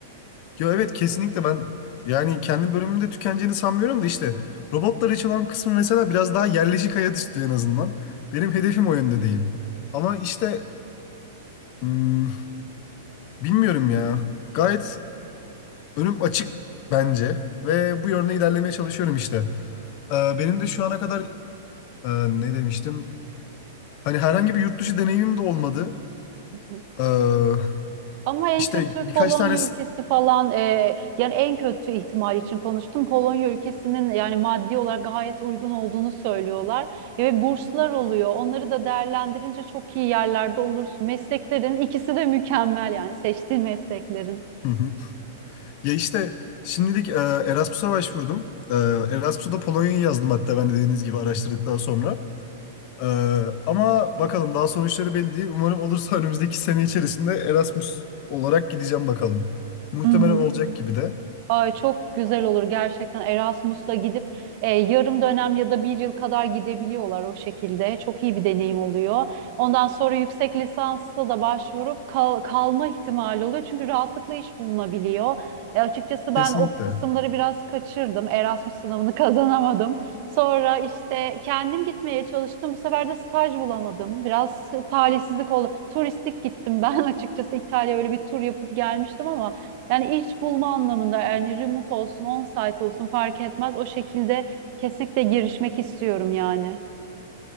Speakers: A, on the left (about 45°); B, on the right (about 50°).
A: Ya evet kesinlikle ben yani kendi bölümümde tükeneceğini sanmıyorum da işte robotları çalan kısmı mesela biraz daha yerleşik hayat istiyor en azından. Benim hedefim o yönde değil. Ama işte hmm, bilmiyorum ya. Gayet önüm açık bence ve bu yönde ilerlemeye çalışıyorum işte. Ee, benim de şu ana kadar e, ne demiştim? Hani herhangi bir yurt dışı deneyimim de olmadı.
B: Hı
A: Ee,
B: Ama en
A: işte
B: kötü
A: birkaç
B: Polonya
A: tane...
B: ülkesi falan e, yani en kötü ihtimal için konuştum. Polonya ülkesinin yani maddi olarak gayet uygun olduğunu söylüyorlar. E, Ve burslar oluyor. Onları da değerlendirince çok iyi yerlerde olursun. Mesleklerin ikisi de mükemmel yani seçtiğin mesleklerin.
A: <laughs> Ya işte şimdilik e, Erasmus'a başvurdum. E, Erasmus'a da Polonya'yı yazdım hatta ben de dediğiniz gibi araştırdıktan sonra. E, ama bakalım daha sonuçları belli değil. Umarım olursa <laughs> önümüzdeki sene içerisinde Erasmus olarak gideceğim bakalım. Muhtemelen
B: Hı hı.
A: olacak gibi de.
B: Ay çok güzel olur gerçekten Erasmus'la gidip e, yarım dönem ya da bir yıl kadar gidebiliyorlar o şekilde. Çok iyi bir deneyim oluyor. Ondan sonra yüksek lisansa da başvurup kal- kalma ihtimali oluyor. Çünkü rahatlıkla iş bulunabiliyor. E, açıkçası
A: Kesinlikle.
B: ben o kısımları biraz kaçırdım. Erasmus sınavını <laughs> kazanamadım. Sonra işte kendim gitmeye çalıştım. Bu sefer de staj bulamadım. Biraz talihsizlik oldu. Turistik gittim ben <laughs> açıkçası İtalya'ya öyle bir tur yapıp gelmiştim ama yani iş bulma anlamında yani remote olsun, on-site olsun fark etmez. O şekilde kesinlikle girişmek istiyorum yani.